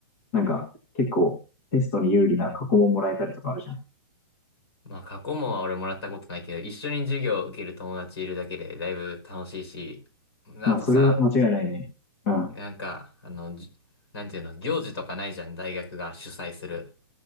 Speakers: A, on the left; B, on the left.
A: なんか結構テストに有利な過去問もらえたりとかあるじゃん。
B: まあ、過去問は俺もらったことないけど、一緒に授業を受ける友達いるだけでだいぶ楽しいし、あとさ、
A: まあ、それは間違いないね。うん。
B: なんか、あの、じなんていうの、行事とかないじゃん、大学が主催する。